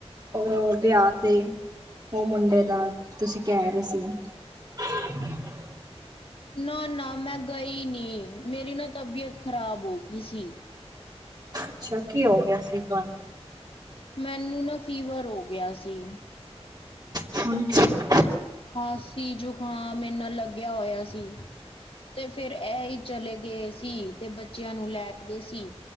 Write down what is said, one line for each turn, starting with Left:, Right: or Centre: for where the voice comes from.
Right: ਓ ਵੇਆ ਤੇ ਓ ਮੁੰਡੇ ਦਾ ਤੁਸੀਂ ਕੈ ਰੇ ਸੀ। <inaudible>
Left: ਨਾ-ਨਾ ਮੈਂ ਗਈ ਨੀ ਮੇਰੀ ਨਾ ਤਬੀਅਤ ਖ਼ਰਾਬ ਹੋਗੀ ਸੀ।
Right: ਅੱਛਾ ਕੀ ਹੋ ਗਿਆ ਸੀ ਤੁਹਾਨੂੰ?
Left: ਮੈਨੂੰ ਨਾ ਫੀਵਰ ਹੋ ਗਿਆ ਸੀ।
Right: <inaudible>
Left: ਖਾਸੀ, ਜੁਖਾਮ ਏਨ੍ਹਾਂ ਲੱਗਿਆ ਹੋਇਆ ਸੀ। ਤੇ ਫੇਰ ਇਹ ਈ ਚਲੇ ਗਏ ਸੀ ਤੇ ਬੱਚਿਆਂ ਨੂੰ ਲੈ ਗਏ ਸੀ।